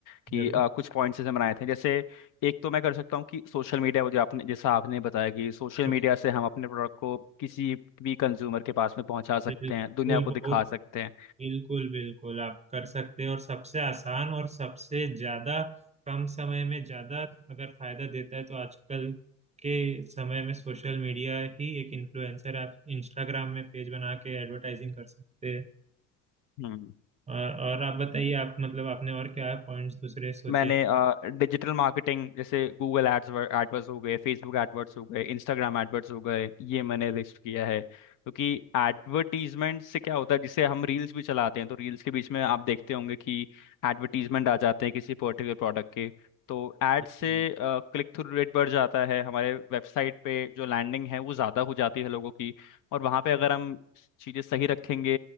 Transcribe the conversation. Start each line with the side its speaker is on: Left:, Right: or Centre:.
Left: कि
Right: जरूर
Left: अ, कुछ पॉइंट्स जैसे बनाए थे जैसे एक तो मैं कर सकता हूँ कि सोशल मीडिया वो जो आपने जैसा आपने बताया कि सोशल
Right: सब-
Left: मीडिया से हम अपने प्रोडक्ट को किसी भी कंज्यूमर के पास में पहुंचा सकते
Right: बिल्कुल
Left: हैं दुनिया को
Right: बहुत
Left: दिखा सकते हैं
Right: बिल्कुल बिल्कुल आप कर सकते हैं और सबसे आसान और सबसे ज्यादा कम समय में ज्यादा अगर फायदा देता है तो आजकल के समय में सोशल मीडिया ही एक इन्फ्लुएंसर आप इंस्टाग्राम में पेज बना के एडवर्टाइजिंग कर सकते हैं
Left: हम्म
Right: और, और आप बताइए आप मतलब आपने और क्या पॉइंट्स दूसरे सोचे
Left: मैंने डिजिटल मार्केटिंग जैसे गूगल एड्स एडवर्ड्स हो गए फेसबुक एडवर्ड्स हो गए इंस्टाग्राम एडवर्ड्स हो गए ये मैंने लिस्ट किया है क्योंकि एडवर्टीजमेंट से क्या होता है जिसे हम रील्स भी चलाते हैं तो रील्स के बीच में आप देखते होंगे कि एडवर्टीजमेंट आ जाते हैं किसी पर्टिकुलर प्रोडक्ट के तो एड
Right: जी,
Left: से
Right: जी।
Left: क्लिक थ्रू रेट बढ़ जाता है हमारे वेबसाइट पे जो लैंडिंग है वो ज़्यादा हो जाती है लोगों की और वहाँ पे अगर हम चीज़ें सही रखेंगे